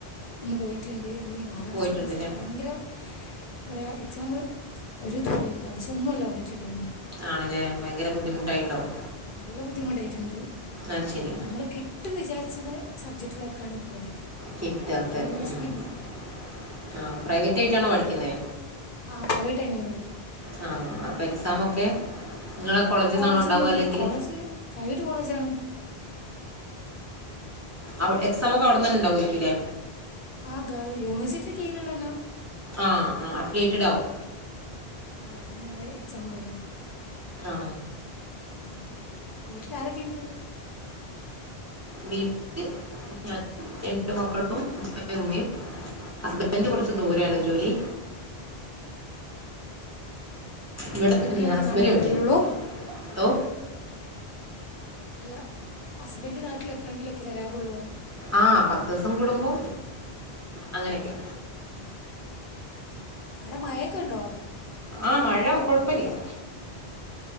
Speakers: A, on the left; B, on the right.
A: ഒന്ന് പോയിട്ട്ണ്ട് ഇനി നാലാമത്തെ
B: പോയിട്ടുണ്ടല്ലേ
A: സെമസ്റ്ററ് ഭയങ്കര പറയാ എക്സാമ് ഒരു ദൂർലൈൻ പഠിച്ച ഒന്നും അല്ല വന്നിട്ട്ണ്ടായിരുന്നെ
B: ആണല്ലേ ഭയങ്കര ബുദ്ധിമുട്ടായിണ്ടാവും
A: നല്ല ബുദ്ധിമുട്ടായിട്ടുണ്ട്
B: അയ് ശരി
A: നമ്മൾ കിട്ടും വിജാരിച്ചത്ണ സബ്ജക്റ്റുളൊക്കാണ് പോയത്
B: കിറ്റാത്ത
A: അതിൽ നല്ല
B: മം
A: വിഷമമുണ്ട്
B: ആപ്രൈവറ്റ് പ്രൈവറ്റ് ആയിട്ടാണോ പഠിക്ക്ന്നെ
A: ആ പ്രൈവറ്റാണ് ഞാൻ പഠിക്കുന്നത്
B: ആ അപ്പം എക്സാമൊക്കെ നിങ്ങളെ കോളേജിൽ
A: കോളേജ്ന്നന്നെ.
B: നിന്നാണോ ഉണ്ടാവുക അല്ലെങ്കിൽ
A: കോളേജ് പ്രൈവറ്റ് കോളേജാണ്
B: അവ്
A: ആഹ്
B: എക്സാമൊക്കെ അവിട്ന്നന്നെ ഉണ്ടാവൊയ്ക്കുലെ
A: ആ ഗവ് യൂണിവേഴ്സിറ്റി കീഴിലുള്ളന്ന
B: ആ ആ അപ്ലേറ്റഡാവും
A: ആ അവിട്ന്നന്നെ എക്സാമും കാര്യങ്ങളൊക്കെ
B: ആ
A: ആ വീട്ട്ലാരക്കെണ്ട്
B: വീട്ടില് ഞാനും രണ്ട് മക്കളും <unintelligible> ഉമ്മെ ഹസ്ബെന്റ കൊറച്ച് ദൂരേണ് ജോലി
A: അപ്പൊ
B: ഇവടെ
A: എപ്പോഴെങ്കിലുമൊക്കെ
B: ന്ന ഹസ്ബെന്
A: നാട്ടിൽ
B: വീട്ടില്
A: വരലുള്ളൂ
B: ത്തോ
A: അല്ല ഹസ്ബന്റ നാട്ട്ല് എപ്പളെങ്കിലൊക്കെ വരാറുള്ളൊന്ന്
B: ആ പത്തൂസം കൂടുമ്പൊ അങ്ങനെയൊക്കെ
A: ആ അവിടെ മഴൊക്കെ ഉണ്ടോ
B: ആ മഴ കുഴപ്പമില്ലാ